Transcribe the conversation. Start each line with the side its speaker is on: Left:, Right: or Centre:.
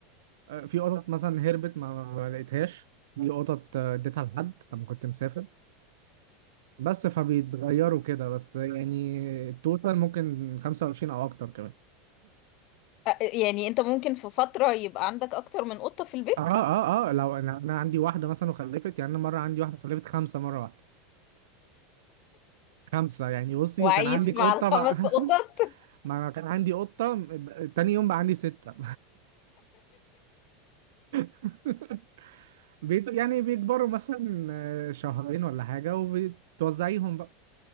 Right: آه، في قطط مثلا هربت ما ما لقيتهاش في قطط آه، اديتها لحد لما كنت مسافر بس فبيتغيروا كده بس يعني التوتال ممكن 25 او اكتر كمان
Left: أ- يعني انت ممكن في فترة يبقى عندك اكتر من قطة في البيت
Right: اه اه اه لو انا انا عندي واحدة مثلا وخلفت يعني انا مرة عندي واحدة خلفت خمسة مرة واحدة خمسة يعني بصي
Left: وعايش
Right: وكان عندك
Left: مع
Right: قطة
Left: الخمس
Right: بقى <laughs>
Left: قطط
Right: ما انا كان عندي قطة تاني يوم بقى عندي ستة <laughs> بيت يعني بيكبروا مثلا آه، شهرين ولا حاجة وبتوزعيهم بقى